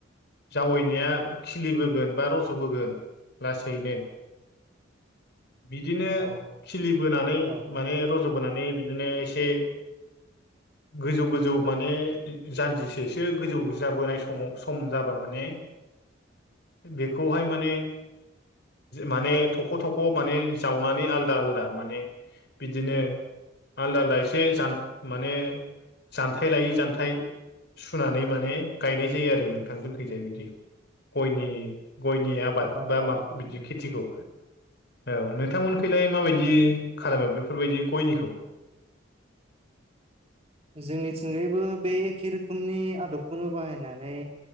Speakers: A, on the left; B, on the right.
A: जावैनाया खिलिबोगोन बा रज'बोगोन लासैनो बिदिनो
B: औ
A: खिलि बोनानै
B: औ
A: माने र ज बोनानै बिदिनो एसे गोजौ गोजौ माने जानदिसैसो एसे गोजौ जाबोनाय समाव सम जाबा माने बेखौहाय माने माने थख' थख' माने जावनानै आलदा आलदा माने बिदिनो आलदा आलदा एसे ज माने जानथाय लायै जान्थाय सुनानै माने गायनाय जायो आरो नोंथां जोंखैजाय बिदि गयनि गयनि आबाद
B: औ
A: बा मा
B: औ
A: बिदि खेथिखौ औ नोंथांमोनखैलाय माबायदि खालामो
B: औ
A: बेफोरबायदि गयनिखौ
B: जोंनिथिंगायैबो बे एखे रोखोमनि आदबखौनो बाहायनानै